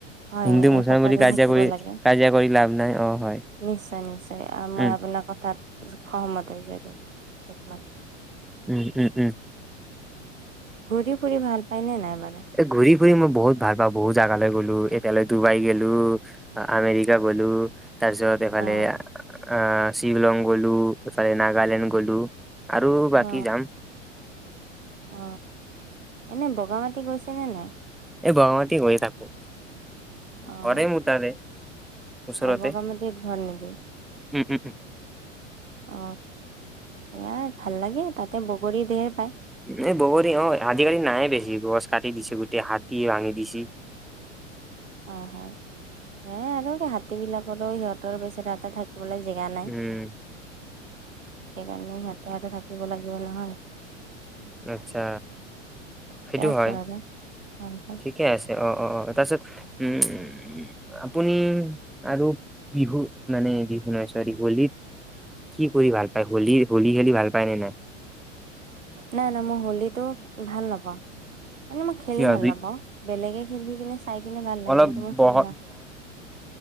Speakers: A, on the right; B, in the centre.
A: হয়
B: হিন্দু মুছলাম
A: একতাটো
B: বুলি কাজিয়া
A: থাকিব
B: কৰি
A: লাগে
B: কাজিয়া কৰি লাভ নাই অ হয়
A: নিশ্চয় নিশ্চয় মই
B: উম
A: আপোনাৰ কথাত সহমত হৈছো একমাত।
B: ও'ও'ও'।
A: ঘূৰি ফুৰি ভাল পাই নে নাই? বাৰু
B: এ ঘূৰি ফুৰি মই বহুত ভাল পাওঁ, বহুত জাগালৈ গ'লো এতিয়ালে ডুবাই গেলো, আমেৰিকা গ'লো, তাৰ পিছত এইফালে
A: অ
B: অ শ্বিলং গ'লো, এফালে নাগালেণ্ড গ'লো আৰু বাকী
A: অ,
B: যাম
A: অ এনে বগা মানো গৈছে নে নাই?
B: এই বগা মাটি গৈয়ে থাকো।
A: আহ,
B: ঘৰে মোৰ তাৰে ওচৰতে।
A: অ বগামাতিত ঘৰ নেকি?
B: উম, উম, উম।
A: অ এয়াই ভাল লাগে, তাতে বগৰী ধেৰ পাই,
B: এই বগৰী, অ আজিকালি নাই বেছি গছ কাটি দিছি গোটেই হাতী ভাঙি দিছি
A: হয় হয়, সেয়াই আৰু হাতী বিলাকৰো সিহঁতৰ বেচেৰা এটা থাকে। জেগা নাই।
B: উম।
A: সেইকাৰণে সিহঁতে ইয়াতে থাকিব লাগিব নহয়,
B: আচ্ছা
A: ঠিকে
B: সেইটো
A: আছে
B: হয়।
A: বাৰু হয় হয়
B: ঠিকে আছে অ-অ-অ তাৰ পিছত উম উম, আপুনি আৰু বিহু মানে বিহু নহয় চৰি হোলীত কি কৰি ভাল পায়? হোলী হোলী খেলি ভাল পায় নে নাই?
A: নাই নাই, মই হলিটো ভাল নাপাওঁ। মানে মই খেলি
B: কিয়
A: ভাল
B: বি
A: নাপাওঁ। বেলেগে খেলি কিনে চাই কিনে ভাল লাগে
B: অলপ
A: কিন্তু মই
B: বহ
A: খেলি না।